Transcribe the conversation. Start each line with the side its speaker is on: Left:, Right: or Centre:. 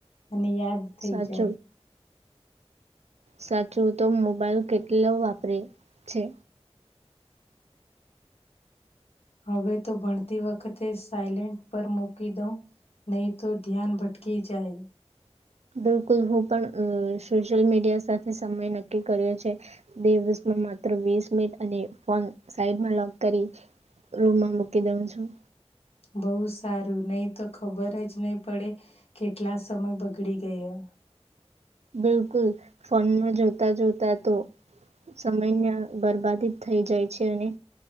Left: અને યાદ થઈ
Right: સાચું
Left: જાય
Right: સાચું તો મોબાઈલ કેટલો વાપરે છે.
Left: હવે તો ભણતી વખતે સાયલેન્ટ પર મૂકી દઉં નહી તો ધ્યાન ભટકી જાય
Right: બિલકુલ હું પણ અ સોશિયલ મીડિયા સાથે સમય નક્કી કર્યો છે. દિવસમાં માત્ર વીસ મિનિટ અને ફોન સાઈડ લોક કરી રૂમ માં મૂકી દઉં છું
Left: બહુ સારું નહીં તો ખબરજ નહી પડે કેટલા સમય બગડી ગયો
Right: બિલકુલ ફોનમાં જોતા જોતા તો સમયને બરબાદી થઈ જાય છે અને